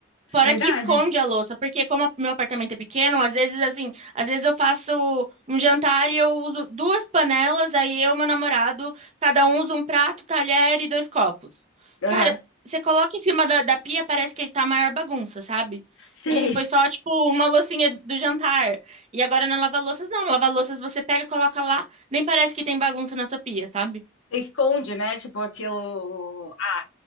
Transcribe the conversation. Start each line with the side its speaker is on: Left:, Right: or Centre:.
Right: Fora
Left: Verdade.
Right: que esconde a louça, porque como a- meu apartamento é pequeno, às vezes assim, às vezes eu faço um jantar e eu uso duas panelas, aí eu e meu namorado, cada um usa um prato, talher e dois copos.
Left: Aham.
Right: Cara, você coloca em cima da, da pia, parece que tá a maior bagunça, sabe?
Left: Sei.
Right: E foi só, tipo, uma loucinha do jantar. E agora na lava-louças, não. Na lava-louças você pega, coloca lá, nem parece que tem bagunça na sua pia, sabe?
Left: Você esconde, né? Tipo, aquilo. A,